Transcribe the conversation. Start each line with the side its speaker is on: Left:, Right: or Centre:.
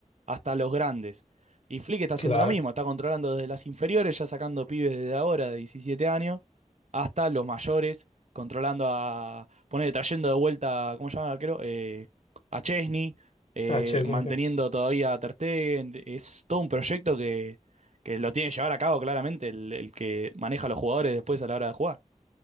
Right: hasta los grandes. Y Flick está haciendo
Left: claro.
Right: lo mismo, está controlando desde las inferiores, ya sacando pibes desde ahora de 17 años, hasta los mayores, controlando a, poner, trayendo de vuelta, ¿cómo se llama el arquero? Eh, a Chesney eh,
Left: Ah, Chesney,
Right: manteniendo
Left: sí.
Right: todavía a Ter Stegen. Es todo un proyecto que, que lo tiene que llevar a cabo claramente el, el que maneja a los jugadores después a la hora de jugar.